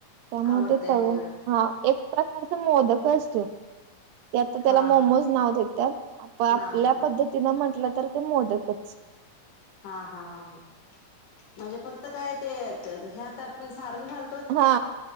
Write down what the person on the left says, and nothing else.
आवडतंय
होय
हा
हा
नाव देतात
हा हा हा हा, म्हणजे फक्त काय ते, त हे आता आपण सारण घाल